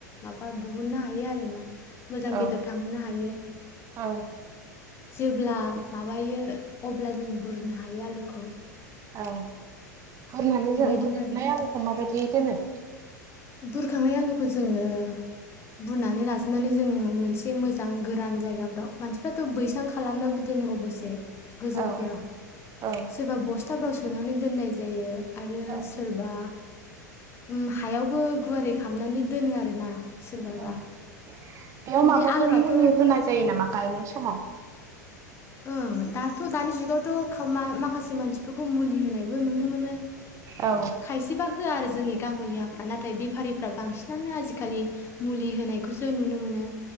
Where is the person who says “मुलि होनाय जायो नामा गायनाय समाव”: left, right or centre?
Right